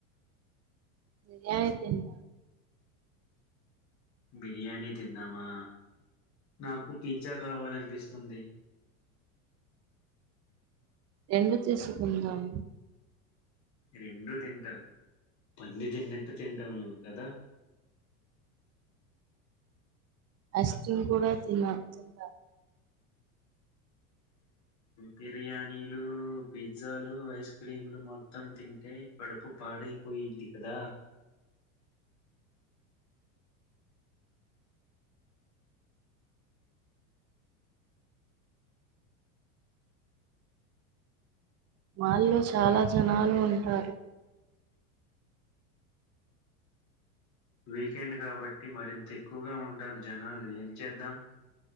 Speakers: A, on the right (about 35°); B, on the left (about 40°).
A: నేనేమి తిన్ల
B: బిర్యానీ తిందామా నాకు పిజ్జా కావాలనిపిస్తుంది
A: ఎం తీసుకుందాం
B: రెండు తింటావు పన్న తిన్నట్టు తింటావు నువ్వు కదా
A: ఐస్క్రీమ్ కూడా తిన్నా తిన్నా
B: బిర్యానీలు పిజ్జాలు ఐస్ క్రీంలు మొత్తం తింటే కడుపు పాడైపోయింది కదా
A: మాల్లో చాలా జనాలు ఉంటారు
B: వీకెండ్ కాబట్టి మరింత ఎక్కువగా ఉంటారు జనాలు ఏం చేద్దాం